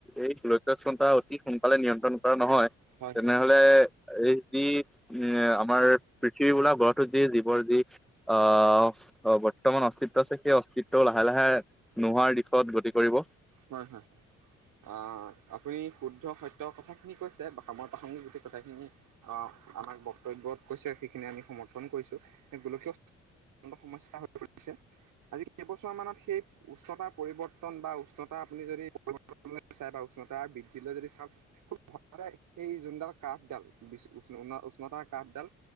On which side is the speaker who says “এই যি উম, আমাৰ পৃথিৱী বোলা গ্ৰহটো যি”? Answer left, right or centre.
Centre